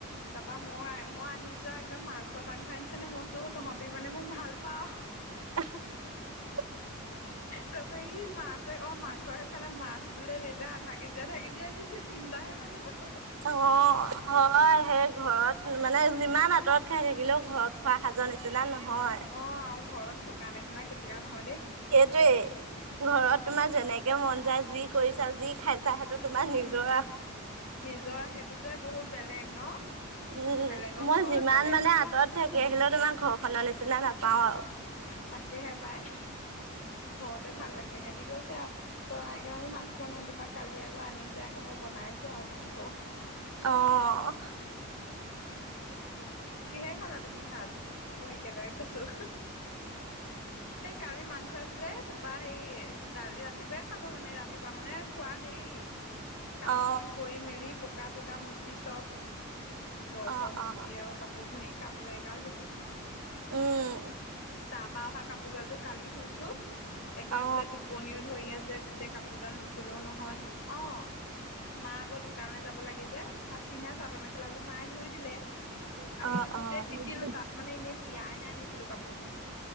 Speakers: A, on the left; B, on the right.
A: তাৰপা মই- মই আহি চোৱা একদম মাংস - চাংস আনিছে নে, মই কৈছোঁ তহঁতি মানে মোক ভাল পাওঁ।
B: <unintelligible> <inaudible>
A: কৈছে ই মাছে- অ' মাংসহে খোৱা নাই। মাছ বোলে দেউতাই আধা কেজি - আধা কেজি আনি ছে। তিনটাহে মানুহ, হঁ-হঁ-হঁ।
B: অ' হয়। সেই ঘৰত মানে যিমান আঁতৰত খাই থাকিলেও ঘৰত খোৱা সাজৰ নিচিনা নহয়।
A: অ' আৰু ঘৰত থকা নিচিনা কেতিয়াও নহয় দেই।
B: সেইটোৱে। ঘৰত তোমাৰ যেনেকে মন যায়, যি কৰিছা, যি খাই ছা, সেইটো তোমাৰ নিজৰ
A: উম।
B: আও
A: নিজৰ সেইটো যে বহুত বেলেগ, ন'?
B: উম,
A: বেলেগৰ
B: মই
A: ঘৰত
B: যিমান
A: বেলেগৰ
B: মানে
A: হেৰি
B: আঁতৰত থাকি
A: উম।
B: আহিলেও, তোমাৰ ঘৰখনৰ নিচিনা নাপাওঁ আও।
A: তাকেহে পাই। ঘৰতে ভাল লাগে। সেহতি কৈছে আৰু, তই নাই কাৰণে আমি মাংস নাই কালি আকৌ আনিছে। আকৌ মই বনাইছোঁ আৰু মাংস।
B: অ'।
A: কিহে খালা তুমি ভাত? অ' একেলগে কৈছোঁ। এই কালি মাংস আছিলে, তাপা হেৰি দালি ৰাতিপুৱাই খালোঁ মানে, ৰাতিপুৱা মানে খোৱা দেৰি কাম-বন
B: অ
A: কৰি মেলি, পকা-চকা মুচি চব ঘৰ-চৰ
B: অ
A: মচি
B: অ
A: আৰু পুখুৰীত কাপোৰ এগাল ধুলোঁ।
B: উম।
A: তাৰপা অহা কাপোৰ গালটো কালি ধুইছোঁ। একদম
B: অ
A: এইফালে টোপনিও ধৰি আছে, গোটেই কাপোৰগাল নুধুলও নহয়। অ', মা আকৌ দোকানলে যাব লাগে যে, তাত পিন্ধা চাদৰ মেখেলাযোৰ মায়ে ধুই দিলে।
B: <inaudible>
A: আমিতো
B: অ' - অ',
A: গোটেই
B: অ'। <unintelligible>
A: তিতিলো তাত মানে এনেই তিয়াইহে আনিছিলো কাপোৰযোৰ